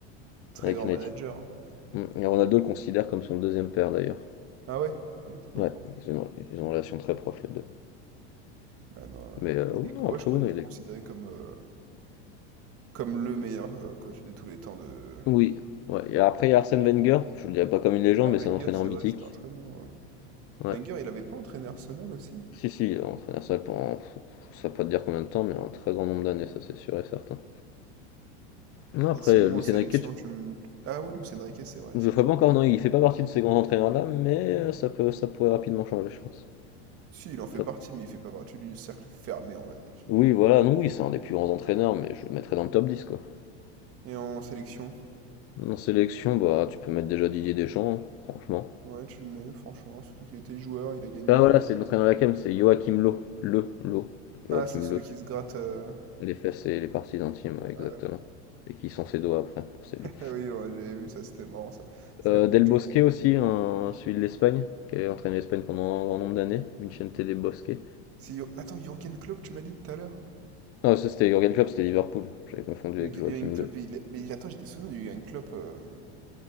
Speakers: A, on the right; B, on the left.
A: très
B: avec
A: grand
B: United.
A: manager.
B: Mm. Et Ronaldo le considère comme son deuxième père d'ailleurs.
A: Ah ouais? Il était pas
B: Ouais,
A: au courant.
B: ils ont, ils ont une relation très proche les deux.
A: Ah non,
B: Mais
A: euh, bah,
B: euh,
A: il
B: oui,
A: est,
B: non,
A: ouais,
B: après,
A: je crois
B: oui, non,
A: qu'il
B: il
A: est considéré
B: est...
A: comme, euh, comme le meilleur euh, coach de tous les temps de...
B: Oui. Ouais. Et après, il y a Arsène Wenger. Je le dirais pas comme une légende,
A: Ah,
B: mais
A: Wenger,
B: c'est un entraîneur
A: c'est
B: mythique.
A: vrai, c'était un très bon... euh,
B: Ouais.
A: Wenger, il avait pas entraîné Arsenal aussi?
B: Si, si, il a entraîné ça pendant, je sais pas te dire combien de temps, mais un très grand nombre d'années, ça c'est sûr et certain. Non, après,
A: Et sinon,
B: Luis
A: en sélection,
B: Enrique,
A: tu me... Ah oui, Luis Enrique, c'est vrai,
B: Je
A: ça.
B: ferais pas encore, non, il fait pas partie de ces grands entraîneurs-là, mais euh, ça peut, ça pourrait rapidement changer, je pense.
A: Si, il en fait
B: Ça-
A: partie, mais il fait pas partie du cercle fermé, on va dire, tu
B: Oui,
A: vois.
B: voilà, Non, oui, c'est un des plus grands entraîneurs, mais je le mettrais dans le top 10 quoi.
A: Et en sélection?
B: En sélection, bah, tu peux mettre déjà Didier Deschamps, hein, franchement.
A: Ouais, tu le mets, franchement, surtout qu'il était joueur, il a gagné.
B: Ah, voilà, c'est l'entraîneur de la CAM, c'est Joachim Löw. Le, Löw. Joachim
A: Ah, c'est celui
B: Löw.
A: qui se gratte... euh,
B: Les fesses et les parties intimes, ouais, exactement.
A: ouais.
B: Et qui sont ses doigts après, c'est
A: <laughs>
B: lui.
A: Oui, ouais, j'avais vu ça, c'était marrant, ça. C'est
B: Euh,
A: la Coupe
B: Del
A: du
B: Bosque
A: Monde. euh.
B: aussi, un- celui de l'Espagne, qui avait entraîné l'Espagne pendant un grand nombre d'années, Vicente Del Bosque.
A: C'est Jür- Attends, Jürgen Klopp, tu m'as dit tout à l'heure.
B: Ah, ça c'était Jürgen Klopp, c'était Liverpool. J'avais confondu
A: Jürgen
B: avec Joachim
A: Jürgen Klopp,
B: Löw.
A: il... est- mais attends, j'étais souvenir de Jürgen Klopp. euh,